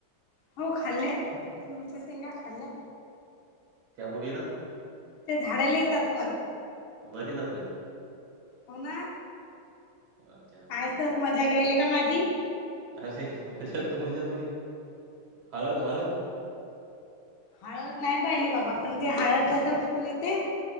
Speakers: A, on the left; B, on the right.
A: हो खाल्ल्या तुमच्या सेंगा खाल्ल्या.
B: त्या कुठ येतात?
A: ते झाडाल येतात वर
B: वर येतात का?
A: हो ना?
B: हा.
A: काय सर मजा घ्यायलय का माझी?
B: अरे मजा तू मजा थोडी.. हळद हळद??
A: हळद नाही पाहिले बाबा पण ते हळद तस फुल येते..